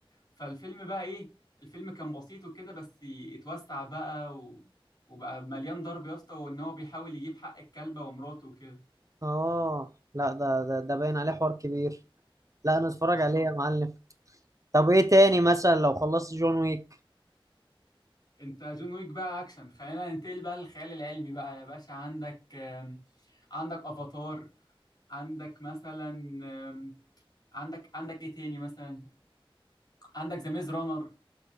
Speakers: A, on the left; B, on the right.
A: فالفيلم بقى إيه الفيلم كان بسيط وكده بس اتوسع بقى و... وبقى مليان ضرب يا اسطى وإن هو بيحاول يجيب حق الكلبة ومراته وكده
B: اه لا ده ده ده باين عليه حوار كبير لا انا اتفرج
A: بالظبط
B: عليه يا معلم طب ايه تاني مثلا لو خلصت جون ويك
A: أنت جون ويك بقى أكشن خلينا ننتقل بقى للخيال العلمي بقى يا باشا عندك آم، عندك أفاتار عندك مثلا آم، عندك عندك ايه تاني مثلا عندك ذا ميز رانر